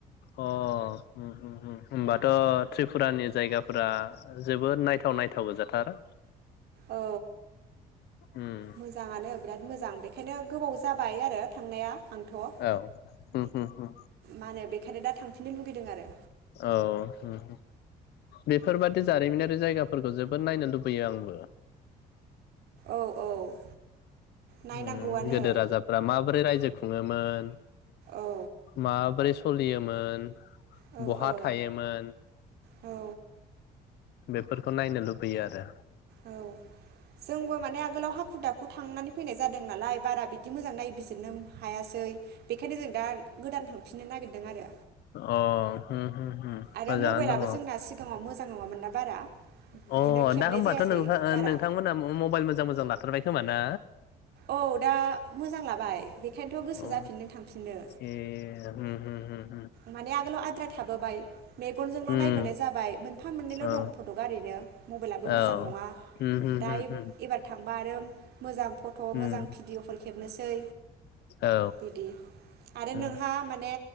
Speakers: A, on the left; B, on the right.
A: अ उम उम उम होनोमबाथ त्रिपुरानि जायगाफोरा जोबोद नायथाव नायथाव गोजाथार
B: औ
A: उम
B: मोजाङानो बिराद मोजां बेखायनो गोबाव जाबाय आरो थांनाया आंथ ओ
A: औ उम उम उम
B: मा होनो बेखायनो दा थांफिननो लुगैदों आरो
A: औ उम बेफोरबादि जारिमिनारि जायगाफोरखौ जोबोद नायनो लुबैयो आंबो
B: औ औ नायनांगौआनो
A: उम गोदो राजाफ्रा माबोरै रायजो खुङोमोन
B: औ
A: माब्रैस सलियोमोन
B: औ
A: बहा
B: औ
A: थायोमोन
B: औ
A: बेफोरखौ नायनो लुबैयो आरो
B: औ जोंबो माने आगोलाव हाखु दाखु थांनानै फैनाय जाद दों नालाय बारा बिदि मोजां नायबिजिरनो हायासै बेनिखायनो जों दा गोदान थांफिननो नागिरदों आरो
A: अ होम होम होम
B: आरो
A: मोजाङानो
B: मबाइलाबो
A: दङ
B: जोंना सिगाङाव मोजां नङा नङामोन ना बारा बिदिनो
A: अ
B: खेबनाय
A: दा होमबाथ
B: जायासै
A: नो
B: बारा
A: नोंथांमोना मबाइल मोजां मोजां लाथारबाय खोमा ना?
B: औ दा मोजां लाबाय बेखायनोथ' गोसो
A: अ
B: जाफिनदों थांफिननो
A: ए उम उम उम
B: माने आगोलाव आद्रा थाबोबाय मेगनजोंल
A: उम
B: नायबोनाय जाबाय मोनफा मोननैल
A: औ
B: दं फटगा ओरैनो मबाइलाबो मोजां
A: औ
B: नङा
A: होम होम
B: दा
A: होम होम
B: एबार थां बारो। मोजां फट मोजां
A: उम
B: भिडिअफोर खेबनोसै
A: औ
B: बिदि आरो
A: उम
B: नोंहा माने।